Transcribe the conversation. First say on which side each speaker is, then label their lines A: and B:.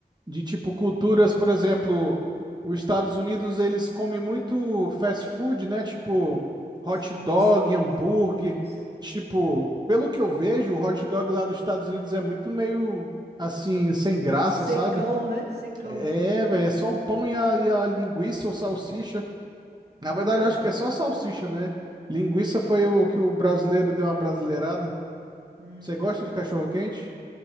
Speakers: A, on the right (about 25°); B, on the right (about 80°).
A: de tipo culturas, por exemplo, os Estados Unidos eles comem muito fast food, né? Tipo
B: Sim,
A: hot dog,
B: s-
A: hambúrguer.
B: sim, sim.
A: Tipo, pelo que eu vejo, o hot dog lá dos Estados Unidos é muito meio assim, sem graça,
B: Secão,
A: sabe?
B: né? Secão.
A: É, velho, é só o pão e a, e a linguiça ou salsicha.
B: Hum,
A: Na verdade,
B: exatamente.
A: eu acho que é só salsicha, né? Linguiça foi o que o brasileiro deu uma brasileirada.
B: Hum,
A: Você
B: exatamente.
A: gosta de cachorro quente?